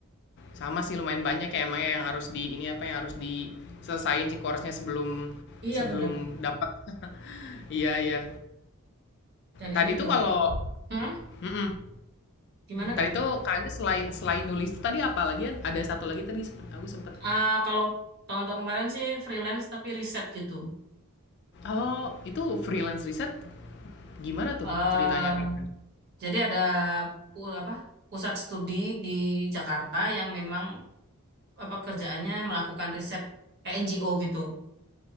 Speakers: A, on the left (about 50°); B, on the right (about 45°).
A: sama sih lumayan banyak ya emangnya yang harus di ini apa yang harus diselesain sih course-nya sebelum
B: Iya
A: sebelum
B: bener.
A: dapat. <laughs> Iya iya.
B: Dan
A: Tadi
B: ini baru.
A: tuh kalau
B: Hmm?
A: mhm,
B: Gimana Kak?
A: tadi tuh Kak selain selain nulis tuh tadi apa lagi ya? ada satu lagi tadi sempet aku sempet
B: Ah, kalau tahun-tahun kemarin sih freelance tapi riset gitu.
A: oh itu freelance riset gimana tuh
B: eh
A: ceritanya Kak?
B: jadi ada pu- apa pusat studi di Jakarta yang memang apa kerjaannya melakukan riset kayak NGO gitu.